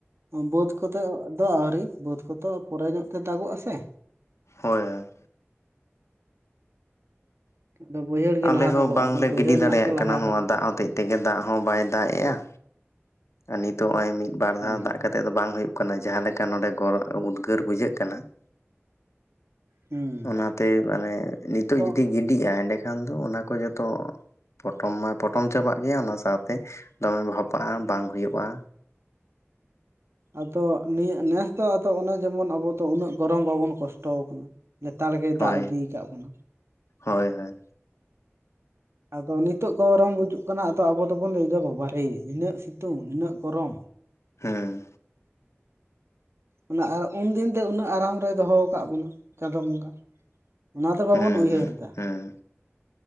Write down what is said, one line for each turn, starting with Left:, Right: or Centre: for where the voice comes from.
Right: ᱵᱟᱹᱫᱽ ᱠᱚᱫᱚ ᱫᱚ ᱟᱹᱣᱨᱤ ᱵᱟᱹᱫᱽ ᱠᱚᱫᱚ ᱯᱚᱨᱮ ᱧᱚᱜ ᱛᱮ ᱫᱟᱜᱚᱜ ᱟ ᱥᱮ।
Left: ᱦᱳᱭ
Right: ᱟᱫᱚ ᱵᱟᱹᱭᱦᱟᱹᱲ <unintelligible>
Left: ᱟᱞᱮ ᱦᱚᱸ
Right: ᱫᱟᱜᱚᱜᱼᱟ
Left: ᱵᱟᱝᱞᱮ
Right: ᱟᱫᱚ ᱵᱟᱹᱭᱦᱟᱹᱲ
Left: ᱜᱤᱰᱤ
Right: ᱨᱮᱱᱟᱜ
Left: ᱫᱟᱲᱮᱭᱟᱜ
Right: ᱜᱮ ᱞᱟᱦᱟ
Left: ᱠᱟᱱᱟ ᱱᱚᱣᱟ
Right: ᱦᱩᱭ
Left: ᱫᱟᱜ ᱦᱚᱛᱮᱡ ᱛᱮᱜᱮ ᱫᱟᱜ ᱦᱚᱸ ᱵᱟᱭ ᱫᱟᱜ ᱮᱼᱟ। ᱟᱨ ᱱᱤᱛᱚᱜ ᱱᱚᱜᱼᱚᱭ ᱢᱤᱫ ᱵᱟᱨ
Right: ᱦᱩᱸ
Left: ᱫᱷᱟᱣ ᱫᱟᱜ ᱠᱟᱛᱮᱜ ᱫᱚ ᱵᱟᱝ ᱦᱩᱭᱩᱜ ᱠᱟᱱᱟ᱾ ᱡᱟᱦᱟ ᱞᱮᱠᱟ ᱱᱚᱰᱮ ᱜᱚᱨᱚ ᱩᱫᱽᱜᱟᱹᱨ ᱵᱩᱡᱷᱟᱹᱜ ᱠᱟᱱᱟ ᱼᱼ
Right: ᱦᱩᱸ
Left: ᱚᱱᱟᱛᱮ ᱢᱟᱱᱮ ᱱᱤᱛᱳᱜ
Right: ᱟᱫᱚ
Left: ᱡᱩᱫᱤ ᱜᱤᱰᱤᱜᱼᱟ ᱮᱸᱰᱮᱠᱷᱟᱱ ᱫᱚ ᱚᱱᱟ ᱠᱚ ᱡᱷᱚᱛᱚ ᱼᱼ ᱯᱚᱴᱚᱢ ᱢᱟ ᱯᱚᱴᱚᱢ ᱪᱟᱵᱟᱜ ᱜᱮᱭᱟ ᱚᱱᱟ ᱥᱟᱶᱛᱮ ᱫᱚᱢᱮ ᱵᱷᱟᱯᱟᱜᱼᱟ ᱵᱟᱝ ᱦᱩᱭᱩᱜᱼᱟ।
Right: ᱟᱫᱚ ᱱᱤᱭᱟᱹ ᱱᱮᱥ ᱫᱚ ᱟᱫᱚ ᱚᱱᱮ ᱡᱮᱢᱚᱱ ᱟᱵᱚ ᱫᱚ ᱩᱱᱟᱹᱜ ᱜᱚᱨᱚᱢ ᱵᱟᱵᱚᱱ ᱠᱚᱥᱴᱚ ᱟᱠᱟᱱᱟ। ᱞᱮᱛᱟᱲ ᱜᱮ
Left: ᱦᱳᱭ
Right: ᱫᱟᱜ ᱤᱫᱤ ᱠᱟᱜ ᱵᱚᱱᱟ।
Left: ᱦᱳᱭ ᱦᱳᱭ
Right: ᱟᱫᱚ ᱱᱤᱛᱚᱜ ᱠᱚ ᱜᱚᱨᱚᱢ <unintelligible> ᱜᱩᱡᱩᱜ ᱠᱟᱱᱟ ᱟᱫᱚ ᱟᱵᱚ ᱫᱚᱵᱚᱱ ᱞᱟᱹᱭᱮᱫᱟ <unintelligible> ᱵᱟᱵᱟᱨᱮ ᱱᱤᱱᱟᱹᱜ ᱥᱤᱛᱩᱝ ᱱᱤᱱᱟᱹᱜ ᱜᱚᱨᱚᱢ।
Left: ᱦᱮᱸ
Right: ᱚᱱᱟ ᱟᱨ ᱩᱱᱫᱤᱱᱛᱮ ᱩᱱᱟᱹᱜ ᱟᱨᱟᱢ ᱨᱮ ᱫᱚᱦᱚ ᱟᱠᱟᱫ ᱵᱚᱱᱟ ᱪᱟᱸᱫᱳ ᱵᱚᱸᱜᱟ। ᱚᱱᱟ ᱫᱚ ᱵᱟᱵᱚᱱ
Left: ᱦᱩᱸ
Right: ᱩᱭᱦᱟᱹᱨ ᱫᱟ।
Left: ᱦᱩᱸ